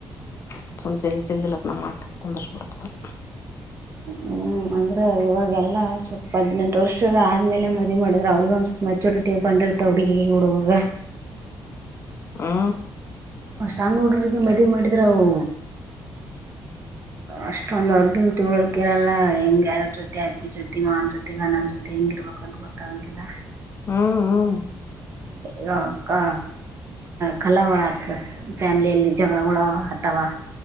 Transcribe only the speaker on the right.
ಹ್ಮ್ ಅಂದ್ರೆ ಇವಾಗೆಲ್ಲ ಸ್ವಲ್ಪ ಹದ್ನೆಂಟು ವರ್ಷದ ಆದ್ಮೇಲೆ ಮದಿ ಮಾಡಿದ್ರೆ ಅವ್ರಿಗ ಒಂದ ಸ್ವಪ ಮೆಚೂರಿಟಿ ಬಂದಿರ್ತಾವ ಹುಡುಗಿ ಹುಡುಗಾಗ
ಸಣ್ಣ ಹುಡ್ರುಗೆ ಮದುವೆ ಮಾಡಿದ್ರೆ ಅವು. ಅಷ್ಟೊಂದ ಅವ್ರಿಗನ್ ತಿಳೊ ಇರಲ್ಲ ಹೆಂಗ ಯಾರ ಜೊತೆತಿ ಅತ್ತಿ ಜೊತಿ ಮಾನ ಜೊತಿ ಗಣನ ಜೊತೆ ಹೆಂಗಿರ್ಬದು <unintelligible> ಗೊತ್ತಾಗಂಗಿಲ್ಲ.
ಯಪ್ಪಾ ಕಸಲಾವಳತ್. ಫ್ಯಾಮಿಲಿಯಲ್ಲಿ ಜಗಳಗಳು ಅತವಾ.